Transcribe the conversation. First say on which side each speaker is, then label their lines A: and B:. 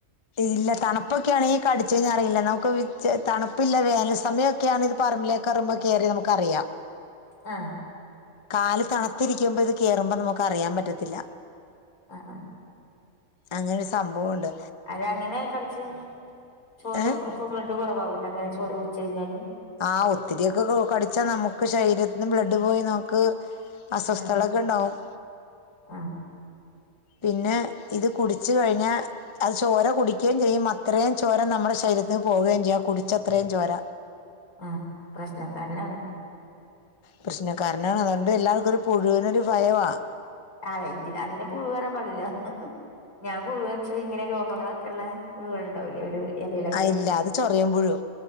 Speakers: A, on the left; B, on the left.
A: ഇല്ല തണുപ്പൊക്കെ ആണെങ്കിൽ കടിച്ചു കഞ്ഞറിയില്ല. നമുക്ക് തണുപ്പ ഇല്ല വേനൽ സമയൊ ഒക്കെയാണ് ഇത് പറമ്പിലേക്കേറി കേറുമ്പോ നമുക്കറിയാം
B: ആഹ്
A: കാല് തത്തിരിക്കുമ്പോ ഇത് കേറുമ്പോ നമുക്ക് അറിയാൻ പറ്റത്തില്ല
B: ആ ആ
A: അങ്ങനെരു സംഭവംണ്ട്
B: അര്ങ്ങനെ കടിച്ചച്ച് ചോര
A: ഏഹ്
B: ഒക്ക ബ്ലഡ് കുറവകൂല അങ്ങനെ ചോര കുടിച്ച് കഴിഞ്ഞാല്?
A: ആ ഒത്തിരിയക്കെ കടിച്ചാൽ നമുക്ക് ശരീരത്തിന് ബ്ലഡ് പോയി നമുക്ക് അസ്വസ്ഥത
B: ആഹ്
A: കളൊ അ ണ്ടാവും
B: ആഹ്
A: പിന്നെ ഇത് കുടിച്ച കഴിഞ്ഞാ അത് ചോര കുടിക്കയും ചെയ്യും അത്രയും ചോര നമ്മുടെ ശരീരത്തിന് പോവുകേം ചെയ്യാം കുടിച്ചത്രയും ചോര.
B: ആഹ പ്രശ്ന കാരണാണ്.
A: പ്രശ്നം കാരന്ണ് അതൊണ്ട് എല്ലാവർക്കും ഒരു പുഴുവിന ഒരു ഭയമാണ്
B: അല്ല ഇതി അതിന് പുഴവ്വരാൻ പാടില്ല ഞാൻ പുഴു നെച്ച ഇങ്ങനെ രോമങ്ങളൊക്കെ ള്ള പുഴുകൾ ഉണ്ടാവിലേ ഒരു ഇലയിലൊക്കെ?
A: ആ ഇല്ല അത് ചൊറിയൻ പുഴു